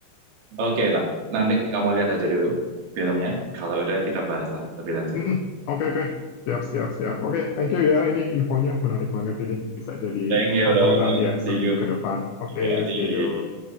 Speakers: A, on the right (about 65°); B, on the left (about 80°).
A: Oke lah, nanti kamu lihat aja dulu filmnya. Kalau udah kita bahas lah lebih lanjut.
B: <laughs> Oke, oke. Siap, siap, siap. Oke, thank you ya. Ini infonya menarik banget ini. Bisa jadi
A: Thank you,
B: tontonan
A: bro.
B: ya seminggu
A: See you.
B: ke depan. Oke,
A: Iya,
B: see
A: iya.
B: you.